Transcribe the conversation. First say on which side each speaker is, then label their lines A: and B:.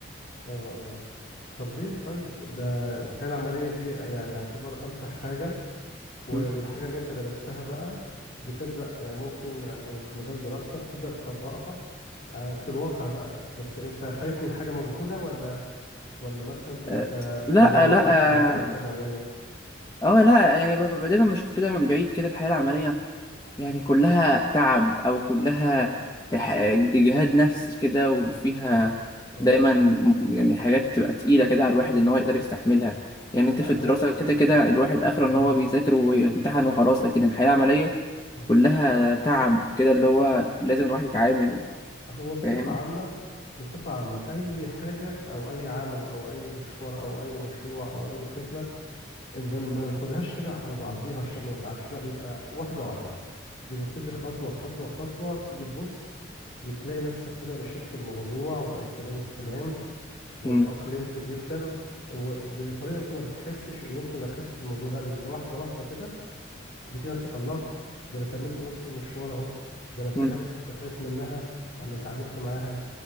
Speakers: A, on the left; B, on the left.
A: اه اه طب ليه طيب ده الحياة العملية دي يعني يعتبر امتع حاجة و-
B: مم.
A: والحاجة اللي انت درستها بقى بتبدأ يعني ممكن لو في مجال دراستك تبدأ تطبقها آه، في الواقع بقى بس انت خايف من حاجة مجهولة ولا ولا مثلا
B: آه
A: انت
B: لا
A: ما جربتش
B: لا
A: قبل كده الحياة
B: اه
A: العملية
B: آه، لا يعني ب- ب- دايما بشوف كده من بعيد كده الحياه العمليه يعني كلها تعب أو كلها ح- إجهاد نفسي كده وفيها
A: اه
B: دايما
A: اه
B: م- يعني حاجات بتبقى تقيلة كده على الواحد إن هو يقدر يستحملها يعني أنت
A: لا
B: في الدراسة
A: هو
B: كده كده الواحد آخره إن
A: اه
B: هو بيذاكر ويمتحن وخلاص لكن الحياة العملية
A: اه
B: كلها تعب كده اللي هو لازم الواحد يتعامل
A: هو بصفة
B: فاهم؟
A: عامة بصفة عامة أي حاجة أو أي عمل أو أي مشوار أو أي مشروع أو أي فكرة بن- ما ناخدهاش كده على بعضيها عشان ما نتعبش لا بيبقى واحدة واحدة بنبتدي خطوة خطوة خطوة تيجي تبص بتلاقي نفسك كده مشيت في الموضوع وبقيت تمام التمام واتأقلمت
B: مم.
A: جدا وبطريقة انت ما بتحسش ان انت دخلت في الموضوع لا ده انت واحدة واحدة كده بتلاقي نفسك الله ده انا كملت نص المشوار اهو ده انا في
B: مم.
A: حاجات كنت خايف منها انا اتعاملت معاها